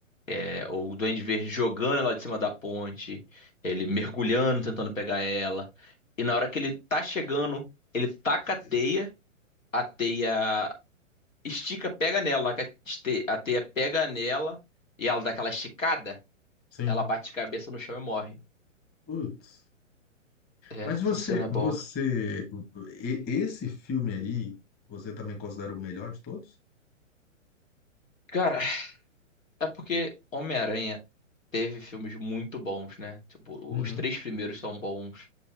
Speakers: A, on the left; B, on the left.
A: é, o Duende Verde jogando ela de cima da ponte, ele mergulhando, tentando pegar ela. E na hora que ele tá chegando, ele taca a teia, a teia estica, pega nela. Na hora que a te- a teia pega nela e ela dá aquela esticada
B: sim.
A: ela bate cabeça no chão e morre.
B: Putz.
A: É,
B: Mas você,
A: essa cena é boa.
B: você, e- esse filme aí, você também considera o melhor de todos?
A: Cara, é porque Homem-Aranha teve filmes muito bons, né? Tipo,
B: Uhum.
A: os três primeiros são bons.